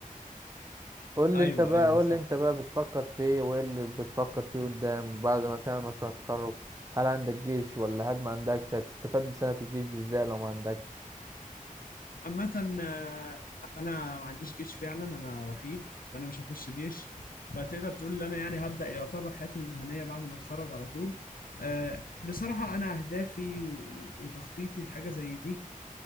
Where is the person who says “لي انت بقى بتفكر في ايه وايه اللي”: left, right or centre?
Right